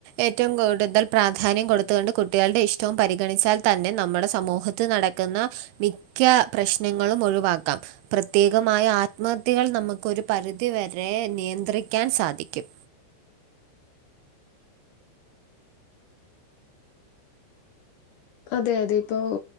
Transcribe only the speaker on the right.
ഏറ്റവും കൂടുതൽ പ്രാധാന്യം കൊടുത്തുകൊണ്ട് കുട്ടികളുടെ ഇഷ്ടവും പരിഗണിച്ചാൽ തന്നെ നമ്മുടെ സമൂഹ ത്തിൽ നടക്കുന്ന മിക്ക പ്രശ്നങ്ങളും ഒഴിവാക്കാം പ്രത്യേകമായ ആത്മഹത്യകൾ നമുക്ക് ഒരു പരിധിവരെ നിയന്ത്രിക്കാൻ സാധിക്കും